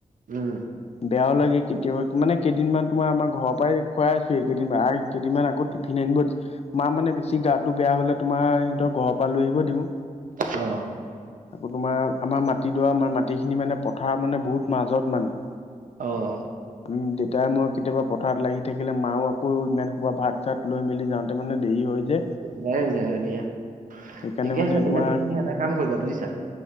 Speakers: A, on the right; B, on the left.
A: উম।
B: বেয়াও লাগে কেতিয়াবা মানে কেইদিনমান তোমাৰ আমাৰ ঘৰৰ পৰাই খুৱাই আছো এই কেইদিন। কেইদিনমান আকৌ টিফিন আনিব মা মানে বেছি গাটো বেয়া হ'লে তোমাৰ সিহঁতক ঘৰৰ পৰা লৈ আহিব দিওঁ।
A: অ,
B: আকৌ তোমাৰ আমাৰ মাটিডৰা মানে মাটিখিনি মানে পথাৰ মানে বহুত মাজত মানে।
A: অঁ
B: ম দেউতাই মই কেতিয়াবা পথাৰত লাগি থাকিলে মাও আকৌ ইমান খোবা ভাত চাত। লৈ মেলি যাওঁতে মানে দেৰি হয়
A: <unintelligible>
B: যে
A: দিয়া।
B: সেইকাৰণে
A: ঠিকে
B: মানে
A: আছে, তেন্তে
B: তোমাৰ
A: তুমি এটা কাম কৰিবা বুজিছা।